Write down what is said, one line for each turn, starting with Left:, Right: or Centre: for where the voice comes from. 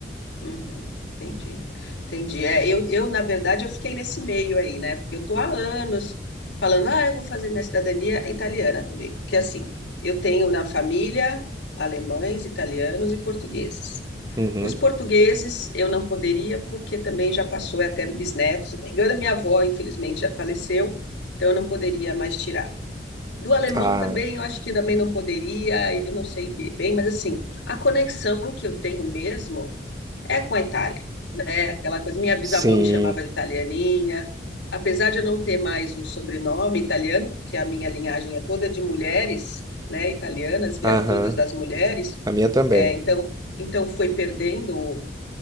Left: Uhum, entendi, entendi. É, eu, eu, na verdade, eu fiquei nesse meio aí, né? Porque eu tô há anos falando, ah, eu vou fazer minha cidadania italiana também. Porque, assim, eu tenho na família alemães, italianos e portugueses.
Right: Uhum.
Left: Os portugueses eu não poderia, porque também já passou, é até bisneto. Se não me engano, a minha avó, infelizmente, já faleceu, então eu não poderia mais tirar. Do alemão
Right: Ah,
Left: também, eu acho que também não poderia, eu não sei bem, mas, assim, a conexão que eu tenho mesmo é com a Itália aquela coisa. Minha bisavó
Right: sim.
Left: me chamava de italianinha, apesar de eu não ter mais o sobrenome italiano, porque a minha linhagem é toda de mulheres, né, italianas, vieram
Right: Aham.
Left: todas das mulheres,
Right: A minha também.
Left: é, então, então foi perdendo o-